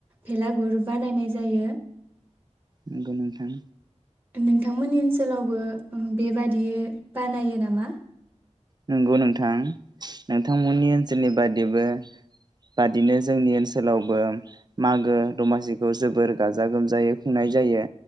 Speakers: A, on the right; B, on the right.
A: भेलागुर बानायनाय जायो।
B: नोंखौ नोंथां।
A: नोंथांमोननि ओनसोलावबो बेबादि बानायो नामा?
B: नंगौ नोंथां नोंथांमोननि ओनसोलनि बादिबो बादिनो जोंनि ओनसोलावबो मागो दमासिखौ जोबोर गाजा गोमजायै खुंनाय जायो